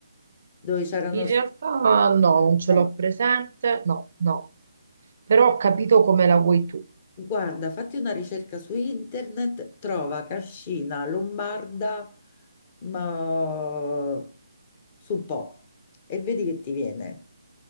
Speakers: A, on the left (about 25°); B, on the right (about 45°).
A: dove c'erano...
B: In realtà no, non ce l'ho
A: no.
B: presente. No, no. Però ho capito come la vuoi tu.
A: Guarda, fatti una ricerca su internet, trova Cascina Lombarda, ma sul Po, e vedi che ti viene,